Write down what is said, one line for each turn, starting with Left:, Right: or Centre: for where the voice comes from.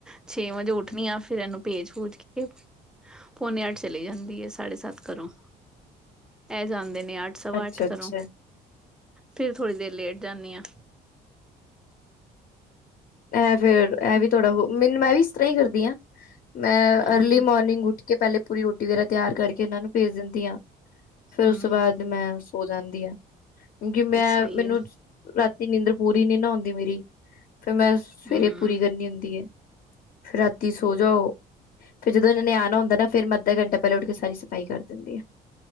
Centre: ਛੇ ਵਜੇ ਉੱਠਣੀ ਆ ਫਿਰ ਇਹਨੂੰ ਭੇਜ ਭੂਜ ਕੇ ਪੋਨੇ ਅਠ ਚਲੀ ਜਾਂਦੀ ਐ ਸਾਢੇ ਸੱਤ ਘਰੋਂ ਇਹ ਜਾਣਦੇ ਨੇ ਅੱਠ ਸਵਾ
Left: ਅੱਛਾ
Centre: ਅੱਠ
Left: ਅੱਛਾ
Centre: ਕਰੋਂ ਫੇਿਰ ਥੋੜ੍ਹੀ ਦੇਰ ਲੇਟ ਜਾਂਦੀ ਆ।
Left: ਐਂ ਫੇਰ ਇਹ ਵੀ ਥੋੜਾ ਹੋ ਮੈਨੂੰ ਮੈਂ ਵੀ ਇਸ ਤਰ੍ਹਾਂ ਹੀ ਕਰਦੀ ਹਾਂ। ਮੈਂ
Centre: ਹੂੰ
Left: ਅਰਲੀ ਮੋਰਨਿੰਗ ਉੱਠ ਕੇ ਪਹਿਲੇ ਪੂਰੀ ਰੋਟੀ ਵਗੈਰਾ ਤਿਆਰ ਕਰਕੇ ਇਹਨਾਂ ਨੂੰ ਭੇਜ ਦਿੰਦੀ ਹਾਂ। ਫੇਰ
Centre: ਹੂੰ
Left: ਉਸ ਤੋਂ ਬਾਅਦ ਮੈਂ ਸੋ ਜਾਂਦੀ ਆ, ਕਿਉਂਕਿ ਮੈਂ
Centre: ਸਹੀ
Left: ਮੈਨੂੰ
Centre: ਹੈ
Left: ਰਾਤੀ ਨੀਂਦਰ ਪੂਰੀ ਨੀ ਨਾ ਆਉਂਦੀ ਮੇਰੀ ਫੇਰ ਮੈਂ ਸਵੇਰੇ
Centre: ਹੂੰ
Left: ਪੂਰੀ ਕਰਨੀ ਹੁੰਦੀ ਹੈ, ਫਿਰ ਰਾਤੀ ਸੌ ਜਾਓ। ਫੇ ਜਦੋਂ ਇਹਨਾਂ ਨੇ ਆਉਣਾ ਹੁੰਦਾ ਫਿਰ ਅੱਧਾ ਘੰਟਾ ਪਹਿਲਾਂ ਉਠ ਕੇ ਸਾਰੀ ਸਫ਼ਾਈ ਕਰ ਦਿੰਦੀ ਆ।